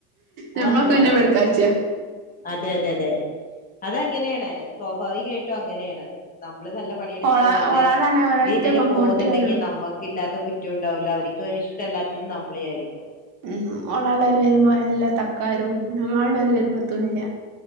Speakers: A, on the left; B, on the right.
A: അതങ്ങനെയാണല്ലോ
B: ഞമ്മ്ളൊക്കെ പിന്നെ വെടക്കാച്ച്യ
A: അതെ അതെതേ അതങ്ങനേണ് സ്വാഭാവികായിട്ടും അങ്ങനേണ് നമ്മള് നല്ലം പണിയെട്ത്ത്
B: ഓള
A: നല്ലേ
B: ഓളാടാണെ ഒരൊറ്റ
A: രീതീല്
B: പെൺകുട്ടിയേള്ളു
A: പോവ്ന്ന്ണ്ടെങ്കി നമ്മക്കു ഇല്ലാത്ത കുറ്റൊണ്ടാവൂല അവര്ക്ക് ഇഷ്ടല്ലാത്തത് നമ്മ്ളെ ആയിരിക്കും
B: ഉം ഓളള്ളോല് വരുമ്പൊ അല്ല തക്കാരൊം. നമ്മളള്ളോല് വരുമ്പൊത്തുല്ല